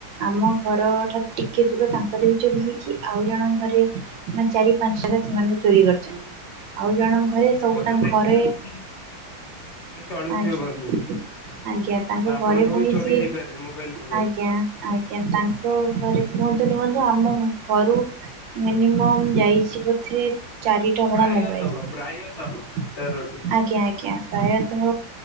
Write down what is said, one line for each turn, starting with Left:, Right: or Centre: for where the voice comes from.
Right: ଆମ ଘର ଠାରୁ ଟିକେ ଦୂର ତାଙ୍କର ବି ଚୋରି ହେଇଚି ଆଉ ଜଣ ଘରେ ମାନେ ଚାରି ପାଞ୍ଚ ଜାଗା ସେମାନେ ଚୋରି କରିଚନ୍ତି। ଆଉ ଜଣଙ୍କ ଘରେ ସବୁ
Left: ଆଉ ବନ୍ଧୁ
Right: ତାଙ୍କ
Left: ଦେଖି
Right: ଘରେ
Left: ରଖିକି ଟିକେ ଚଳୁଥିବେ
Right: ଆଜ୍ଞା
Left: ବନ୍ଧୁ।
Right: ଆଜ୍ଞା ତାଙ୍କ
Left: ଆପଣଙ୍କ
Right: ଘରେ ପୁଣି
Left: ବି ଚୋରି
Right: ସିଏ
Left: ହେଇପାରେ ମୋବାଇଲ ଫୋବାଇଲ
Right: ଆଜ୍ଞା ଆଜ୍ଞା ତାଙ୍କ ଘରେ ହୁହନ୍ତୁ ନୁହନ୍ତୁ ଆମ ଘରୁ ମିନିମମ୍ ଯାଇ ଛି ବୋଧେ ଚାରିଟା ଭଡ଼ା
Left: ପ୍ରାୟତଃ
Right: ମୋବାଇଲ
Left: ପ୍ରାୟତଃ ତେରଟି।
Right: ଆଜ୍ଞା ଆଜ୍ଞା ପ୍ରାୟତଃ